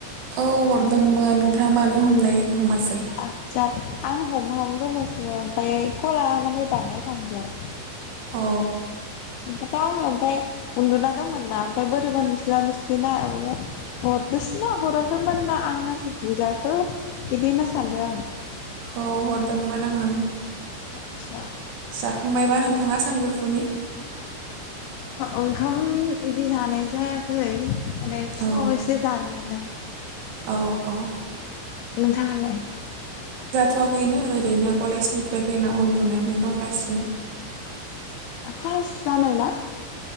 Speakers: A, on the right; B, on the left.
A: औ हरदोंमोन नोंथाङा मानो हमनाय। हमासै
B: आतसा। आं हमहांदोंल'सोमोन ओमफ्राय खला मान दाननाय थानदों।
A: औ
B: बेखायथ' आं ओमफ्राय उन्दुना दंमोन ना ओमफ्राय बोरैबा मिसला मिस्लिना हरदो। बांसिना हराखैमोन ना आंनासो भुल जाखो बिदिनो सानदों आं।
A: औ हरदोंमोन आङो।
B: आतसा।
A: जाखांबायबा नोंथाङा सानजौफुनि।
B: ओंखाम इदि जानाय जायाखै। माने फुङाव
A: औ
B: एसे जानायानो।
A: औ औ
B: नोंथाङालाय
A: ओरैनो ओरैनो कलेजनिफ्राय फैना उन्दुनानै दंगासिनो।
B: क्लास जानाय ना?